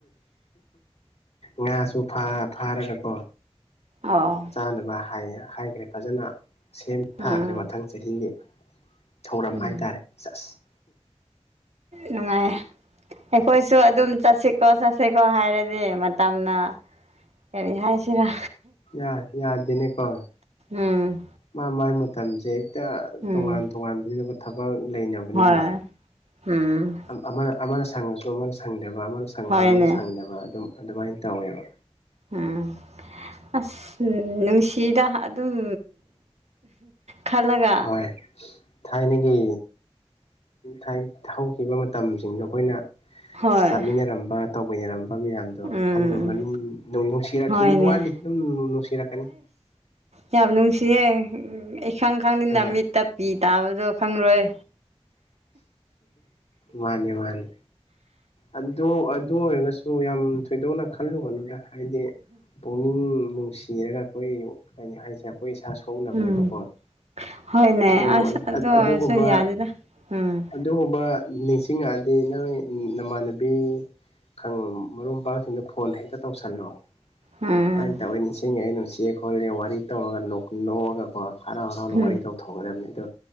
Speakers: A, on the left (about 75°); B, on the right (about 80°).
A: ꯉꯥꯁꯨ ꯐꯥꯔꯒꯀꯣ
B: ꯑꯣ
A: ꯆꯥꯅꯕ ꯍꯥꯏ ꯍꯥꯏꯈ꯭ꯔꯦ ꯐꯖꯅ ꯁꯦꯝ
B: ꯎꯝ
A: ꯁꯥꯥꯈ꯭ꯔꯦ ꯃꯊꯪ ꯆꯍꯤꯒꯤ ꯊꯧꯔꯝ
B: ꯎꯝ
A: ꯍꯥꯏꯇꯥꯔꯦ ꯆꯁ
B: ꯅꯨꯡꯉꯥꯏ ꯑꯩꯈꯣꯏꯁꯨ ꯑꯗꯨꯝ ꯆꯠꯁꯤꯀꯣ ꯆꯠꯁꯤꯀꯣ ꯍꯥꯏꯔꯗꯤ ꯃꯇꯝꯅ ꯑꯦꯔꯤ ꯍꯥꯏꯥꯏꯆꯦꯔꯥ
A: ꯌꯥ ꯌꯥꯗꯅꯦꯀꯣ
B: ꯎꯝ
A: ꯃꯥꯃꯥꯏ ꯃꯇꯝꯁꯦ ꯍꯦꯛꯇ
B: ꯎꯝ
A: ꯇꯣꯉꯥꯟ ꯇꯣꯉꯥꯟꯕꯒꯤꯗꯕ ꯊꯕꯛ ꯂꯩꯅꯕꯅꯤꯅ
B: ꯍꯣꯏ ꯎꯝ
A: ꯑꯃꯅ ꯑꯃꯅ ꯁꯪꯉꯁꯨ ꯑꯃꯅ ꯁꯪꯗꯕ ꯑꯃꯅ ꯁꯪꯉꯁꯨ
B: ꯍꯣꯏꯅꯦ
A: ꯑꯃꯅ ꯁꯪꯗꯕ ꯑꯗꯨꯝ ꯑꯗꯨꯃꯥꯏꯅ ꯇꯧꯋꯦꯕ
B: ꯎꯝ ꯑꯁ ꯅꯨꯡꯁꯤꯗ ꯑꯗꯨꯝ ꯈꯜꯂꯒ
A: ꯍꯣꯏ ꯊꯥꯏꯅꯒꯤ ꯊꯥꯏꯅ ꯍꯧꯈꯤꯕ ꯃꯇꯝꯁꯤꯡꯗꯣ ꯑꯩꯈꯣꯏꯅ
B: ꯍꯣꯏ
A: ꯆꯥꯃꯤꯟꯅꯔꯝꯕ ꯇꯧꯕꯃꯤꯟꯅꯔꯝꯕ ꯃꯌꯥꯝꯗꯣ
B: ꯎꯝ
A: ꯈꯜꯂꯨꯔꯒ ꯅꯨꯡꯁꯤꯔꯛꯈꯤꯅꯤ
B: ꯍꯣꯏꯅꯦ
A: ꯋꯥꯠꯂꯤ ꯑꯗꯨꯝ ꯅꯨꯡꯁꯤꯔꯛꯀꯅꯤ
B: ꯌꯥꯕꯅ ꯁꯦ ꯏꯈꯪ ꯈꯪꯗꯅ
A: ꯍꯣꯏ
B: ꯃꯤꯠꯇ ꯄꯤ ꯇꯥꯕꯗꯣ ꯈꯪꯂꯔꯣꯏ
A: ꯃꯥꯅꯦ ꯃꯥꯅꯦ ꯑꯗꯨ ꯑꯗꯨ ꯑꯣꯏꯔꯒꯁꯨ ꯌꯥꯝ ꯊꯣꯏꯗꯧꯅꯥ ꯈꯜꯂꯨꯒꯅꯗ ꯍꯥꯏꯗꯤ ꯄꯨꯛꯅꯤꯡ ꯅꯨꯡꯁꯤꯔꯒ ꯑꯩꯈꯣꯏ ꯀꯔꯤ ꯍꯥꯏꯁꯤꯔ ꯑꯩꯈꯣꯏ ꯏꯁꯥ ꯁꯣꯛꯅꯕꯅꯦꯕꯀꯣ
B: ꯎꯝ ꯍꯣꯏꯅꯦ
A: ꯑꯗꯨꯕꯨ
B: ꯑꯁ ꯑꯗꯨ ꯑꯣꯏꯔꯁꯨ
A: ꯑꯗꯨꯒꯨꯝꯕ
B: ꯌꯥꯗꯦꯗ ꯎꯝ
A: ꯑꯗꯨ ꯕ ꯅꯤꯡꯁꯤꯡꯉꯛꯑꯗꯤ ꯅꯣꯏ ꯅꯃꯥꯟꯅꯕꯤ ꯈ ꯃꯔꯨꯞ ꯃꯄꯥꯡꯁꯤꯡꯗ ꯐꯣꯟ ꯍꯦꯛꯇ ꯇꯧꯁꯜꯂꯣ
B: ꯎꯝ
A: ꯑꯗꯨꯃꯥꯏꯅ ꯇꯧꯢ ꯅꯤꯡꯁꯤꯡꯉꯦ ꯑꯩ ꯅꯨꯡꯁꯤ ꯈꯣꯠꯂꯦ ꯋꯥꯔꯤ ꯇꯧꯔꯒ ꯅꯣꯛꯑꯒ ꯀꯣ ꯍꯔꯥꯎ ꯍꯔꯥꯎꯅ
B: ꯎꯝ
A: ꯋꯥꯔꯤ ꯇꯧꯊꯣꯛꯒꯗꯕꯅꯤ ꯑꯗꯣ